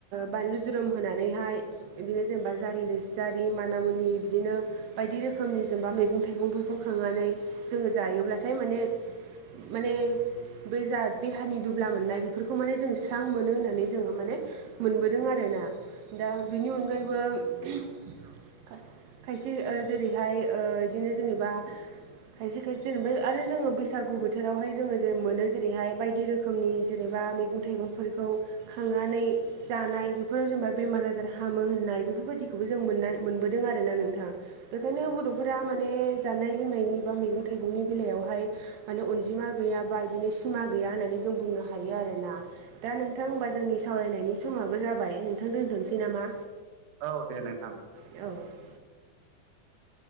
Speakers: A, on the right (about 80°); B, on the right (about 65°).
A: बानलु जुरोम होनानैहाय बिदिनो जेनेबा जारि रोसि जारि मान मुनि बिदिनो बायदि रोखोमनि जेनेबा मैगं थाइगंफोरखौ खांनानै जोङो जायोब्लाथाय माने माने बे जा देहानि दुब्ला मोननाय बेफोरखौ मान जों सां मोनो होननानै जो माने मोनबोदों आरोना दा बेनि अनगा <unintelligible> खायसे जेरैहाय बिदिनो जेनेबा खायसे खायसे जेनेबा आरो जोङो बैसागु बोथोरावहाय जोङो जे मोनो जेरैहाय बायदि रोखोमनि जेनेबा बा मैगं - थाइगंफोरखौ खांनानै जानाय बेफोराव जेनेबा बेमार आजार हामो होननाय बेफोरबायदिखौबो जों मोन मोनबोदों आरोना नोंथाङा बेखायनो बर'फोरा माने जानाय लोंनायनि बा मैगं थाइगंनि बेलायावहाय माने अनजिमा गैया बा बिदिनो सिमा गैया होननानै जों बुंनो हा हायो आरोोना दा नोंथां हबा जोंनि सावरायनायनि समाबो जाबाय नोंथां दोन्थनोसै नामा?
B: औ दे नोंथां।
A: औ